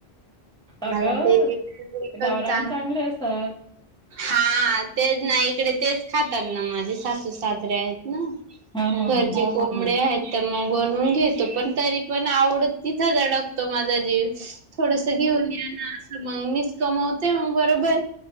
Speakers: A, in the centre; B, on the right (about 65°).
A: अगं,
B: मला ते एकच
A: गावराणी
B: चांगलं
A: चांगले असतात.
B: हा तेच ना. इकडे तेच खातात ना माझे सासू सासरे आहेत ना.
A: हा हा
B: घरचे
A: हा.
B: कोंबडे आहेत. तर मग बनवून घेतो. पण तरी पण आवडत तिथं अ डकतो माझा जीव. थोडस घेऊन या ना असं. मग मीच कमवतेय मग बरोबर